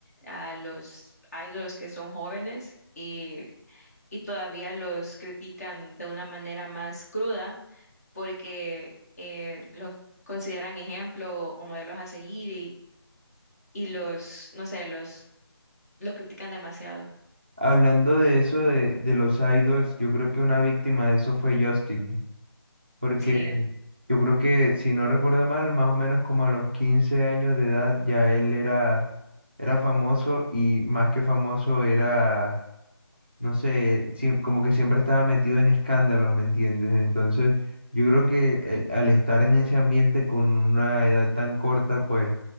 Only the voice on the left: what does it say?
a los idols que son jóvenes y, y todavía los critican de una manera más cruda porque eh, los consideran ejemplo o modelos a seguir y los, no sé, los, los critican demasiado.
Sí,